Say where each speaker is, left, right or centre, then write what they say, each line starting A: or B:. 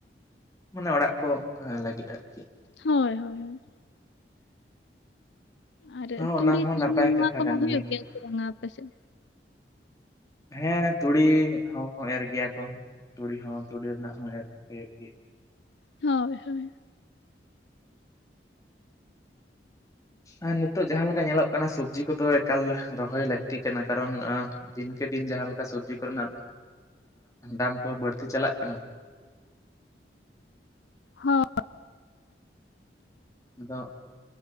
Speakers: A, on the left; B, on the left.
A: ᱢᱟᱱᱮ ᱚᱲᱟᱜ ᱠᱚ ᱞᱟᱜᱤᱫ ᱟᱨᱠᱤ᱾
B: ᱦᱳᱭ ᱦᱳᱭ ᱦᱳᱭ᱾ ᱟᱨ
A: ᱦᱚᱸ
B: ᱛᱩᱲᱤ
A: ᱚᱱᱟ ᱦᱚᱸ
B: ᱛᱤᱞᱢᱤᱧ
A: ᱱᱟᱯᱟᱭ
B: ᱱᱚᱣᱟ
A: ᱠᱟᱛᱷᱟ
B: ᱠᱚᱢᱟ
A: ᱠᱟᱱ
B: ᱦᱩᱭᱩᱜ ᱜᱮᱭᱟ ᱥᱮ ᱵᱟᱝᱟ ᱟᱯᱮᱥᱮᱜ᱾
A: ᱦᱮᱸ ᱛᱩᱲᱤ ᱦᱚᱸᱠᱚ ᱮᱨ ᱜᱮᱭᱟ ᱠᱚ ᱛᱩᱲᱤ ᱦᱚᱸ ᱛᱩᱲᱤ ᱨᱮᱱᱟᱜ ᱦᱚᱸ ᱮᱨ ᱦᱳᱭᱳᱜ ᱜᱮᱭᱟ᱾
B: ᱦᱳᱭ ᱦᱳᱭ᱾
A: ᱟᱨ ᱱᱤᱛᱳᱜ ᱡᱟᱸᱦᱟ ᱞᱮᱠᱟ ᱧᱮᱞᱚᱜ ᱠᱟᱱᱟ ᱥᱚᱵᱽᱡᱤ ᱠᱚᱫᱚ ᱮᱠᱟᱞ ᱨᱚᱦᱚᱭ ᱞᱟᱹᱠᱛᱤ ᱠᱟᱱᱟ ᱠᱟᱨᱚᱱ᱾ ᱫᱤᱱᱠᱮ ᱫᱤᱱ ᱡᱟᱸᱦᱟ ᱞᱮᱠᱟ ᱥᱚᱵᱽᱡᱤ ᱠᱚᱨᱮᱱᱟᱜ ᱫᱟᱢ ᱠᱚ ᱵᱟᱹᱲᱛᱤ ᱪᱟᱞᱟᱜ ᱠᱟᱱᱟ᱾
B: ᱦᱚ
A: ᱟᱫᱚ